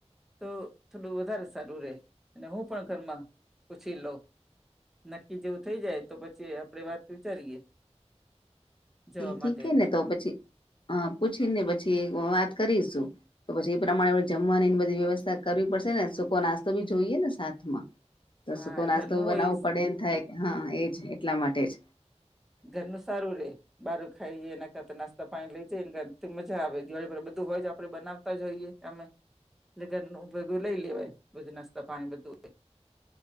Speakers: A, in the centre; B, on the left.
A: તો થોડું વધારે સારું રહેે અને હું પણ ઘરમાં પૂછી લોઉ નક્કી જેવું થઇ જાય તો પછી આપડે વાત વિચારીએ જવા
B: ઠીે
A: માટેનું
B: ને તો પછી હ પૂછીને પછી વાત કરીશું તો પછી એ પ્રમાણે આપણે જમવાની એની બધી વ્યવસ્થા કરવી પડશે ને સૂકો નાસ્તો બી જોઈએ ને સાથ માં તો
A: હા
B: સુકો નાસ્તો
A: ઘરનું
B: બનાવવું
A: હોય
B: પડે એમ થાય કે હા એજ એટલા માટે જ
A: ધન સારું રે બારું ખાઈએ એના કરતા નાસ્તા પાણી લઈ જઈ ને મજા આવે દિવાળી પર બધું હોય જ આપડણે બનાવતા જઈએ અમે ઘર ભેગું લઈ લેવાય બધ નાસ્તા પાણી બધું હો